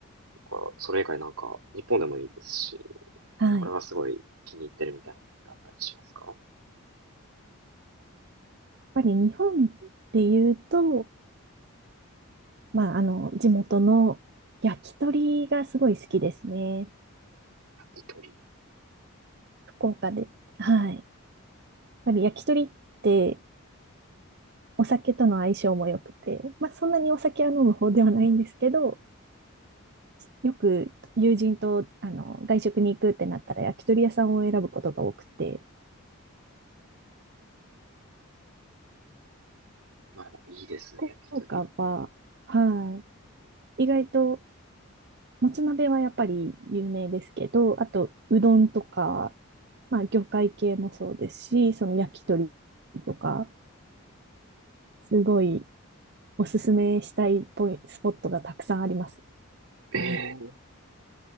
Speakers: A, on the right (about 80°); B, on the right (about 50°).
A: とか、それ以外なんか、日本でもいいですし、
B: はい。
A: これはすごい気に入ってるみたいなのってあったりしますか
B: やっぱり日本でいうと、まあ、あの、地元の焼き鳥がすごい好きですね。
A: 焼き鳥。
B: 福岡で。はい。やっぱり焼き鳥ってお酒との相性も良くて、まあ、そんなにお酒は飲む方ではないんですけど、よく友人とあの外食に行くってなったら焼き鳥屋さんを選ぶことが多くて、
A: まあ、いいですね、
B: 福岡は、
A: 焼き鳥。
B: はい。意外と、もつ鍋はやっぱり有名ですけど、あと、うどんとか、まあ、魚介系もそうですし、その焼き鳥とか、すごいおすすめしたいポイスポットがたくさんあります
A: ええー
B: ね。